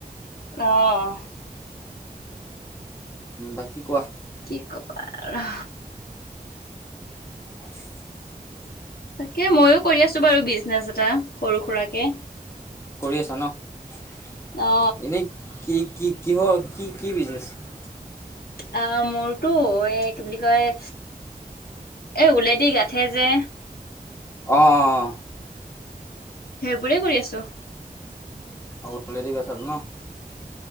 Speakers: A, on the left; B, on the left.
A: অহঁ।
B: বাকী কোৱা।
A: কি কবা আৰু।
B: <inaudible>
A: তাকে মইয়ো কৰি আছো বাৰু বিজনেছ এটা সৰু সুৰাকে
B: কৰি আছা নহঁ,
A: অ
B: এনেই কি কি কিহৰ কি কি বিজনেছ
A: অ মোৰটো এই কি বুলি কয় এ উলেদি গোঠে যে
B: অহঁ
A: সেইবোৰে কৰি আছোঁ।
B: আৰু ওলেদি গোথা টো নহঁ